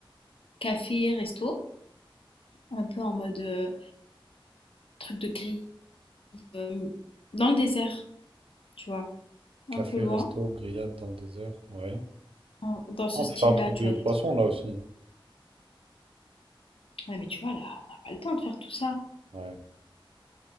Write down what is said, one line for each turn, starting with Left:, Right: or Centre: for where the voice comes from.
Left: café, resto. Un peu en mode euh, truc de grille. euh, dans le désert. tu vois,
Right: Café,
Left: un peu loin,
Right: resto, grillade dans le désert, ouais.
Left: en- dans ce
Right: Ah, On
Left: style-là,
Right: peut faire un truc
Left: tu
Right: de
Left: vois,
Right: poisson,
Left: des trucs.
Right: là, aussi.
Left: Ouais, mais tu vois, là, on n'a pas le temps de faire tout ça.
Right: Ouais.